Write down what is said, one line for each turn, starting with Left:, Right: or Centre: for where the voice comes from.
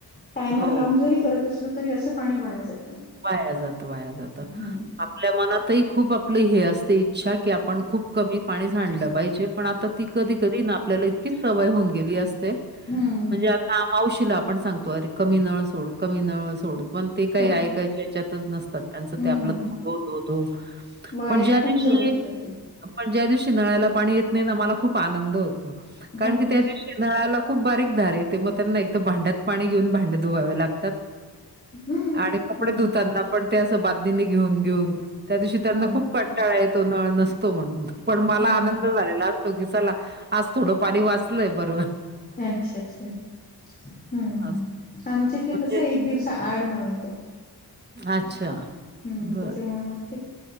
Left: टायमर
Right: हो.
Left: लावून जरी करत असलो तरी असं पाणी वाया जातं.
Right: वाया जातं वाया जातं
Left: हं,
Right: आ आपल्या मनातही खूप आपलं हे असते इच्छा की, आपण खूप कमी पाणी साडलं पाहिजे. पण आता ती कधी कधी ना आपल्याला इतकी सवय होऊन गेली असते,
Left: हं,
Right: म्हणजे
Left: हं.
Right: का मावशीला आपण सांगतो, अरे कमी नळ सोड कमी नळ सोड पण ते काही
Left: हं,
Right: ऐकायचे च्यातच नसतात, त्याचं ते आपलं
Left: नाही
Right: धो धो धो,
Left: वाया
Right: पण ज्या
Left: खूप
Right: दिवशी
Left: जाऊ देतात ते.
Right: पण ज्या दिवशी नळाला पाणी येत नाही ना, मला खूप आनंद होतो, कारण
Left: हो
Right: की त्या
Left: का?
Right: दिवशी नळाला खूप बारीक धार येते, मग त्यांना एकतं भांड्यात पाणी घेऊन भांडे धुवावे लागतात.
Left: हं,
Right: आणि कपडे
Left: हं,
Right: धुतांना पण ते असं बादलीने घेऊन घेऊन, त्या दिवशी त्यांना
Left: हं,
Right: खूप काट टाळ येतो नळ नसतो म्हणून, पण मला
Left: हं.
Right: आनंद झालेला तो की चला, आज थोडं पाणी वाचलंय बर
Left: अच्छा अच्छा, हम्म हम्म,
Right: असं
Left: आमच्या इथं
Right: म्हणजे
Left: कसंय एक दिवसा आड नळ येतो.
Right: अच्छा
Left: हम्म,
Right: बरं.
Left: त्याच्यामुळे मग ते,